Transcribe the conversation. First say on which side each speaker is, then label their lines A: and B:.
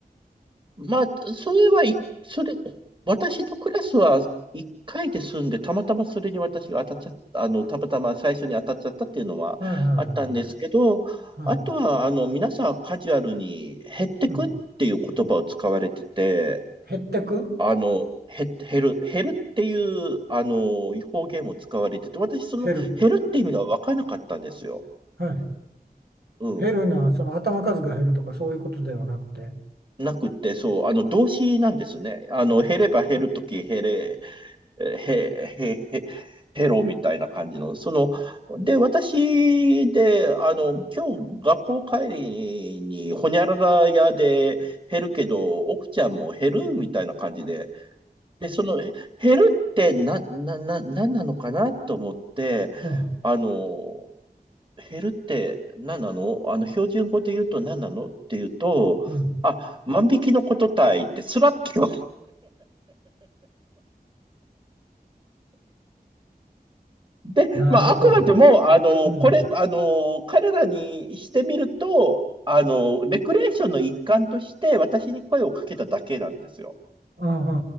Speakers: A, on the right (about 30°); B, on the right (about 85°).
A: まあ、それはい、それ、私のクラスは1回で済んで、たまたまそれに私が当たっちゃった、あの、たまたま最初に当たっちゃったっていうのはあったんですけど、
B: うん。はいはいはいはい。
A: あとは、
B: はい
A: あの、皆さんカジュアルに減ってくっていう言葉を使われてて、
B: うん、減ってく
A: あの、減、減る、減るっていう、あの、方言を使われてて、私その減るって意味がわからなかったんですよ。
B: 減る。はい。
A: うん。
B: 減るのはその頭数が減るとかそういうことではなくて。
A: なくって、そう、あの、動詞なんですね。あの、減れば減るとき、減れ、えへ、へ、へ、ヘロみたいな感じの、その、で、私で、あの、今日学校帰りに、ほにゃらら屋で減るけど、奥ちゃんも減るみたいな感じで、で、その、え減るってな、な、な、なんなのかなと思って、
B: うん
A: あの、減るって何なのあの、標準語で言うと何なのって言うと、
B: うん。
A: あ、万引きのことたいって、スラッて言われてで、
B: なるほど。
A: まあ、あくまでも、あの、
B: うん。
A: これ、あの、彼らにしてみると、あの、レクレーションの一環として私に声をかけただけなんですよ。
B: あはは